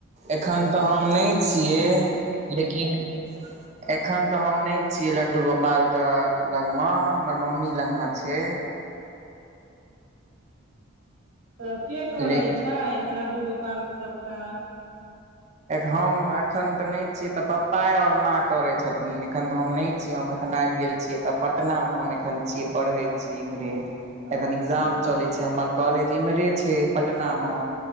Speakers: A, on the right; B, on the right.
A: एखन तऽ हम नहि छियै लेकिन एखन तऽ हम नहि छियै लड्डू गोपालके लगमे हमर मम्मी लगमे छै
B: तऽ के करै
A: ले
B: छै छै तऽ लड्डू गोपाल के सबटा
A: हम एखन तऽ नहि छियै तऽ पप्पाए और माँ करै छथिन एखन तऽ हम नहि छीयै हम एखन आइब गेल छियै ए तऽ पटनामे हम एखन छियै पढ़ै छी इम्हरे
B: अच्छा
A: एखन एग्जाम चले छै हमर कॉलेज इम्हरे छै पटना मे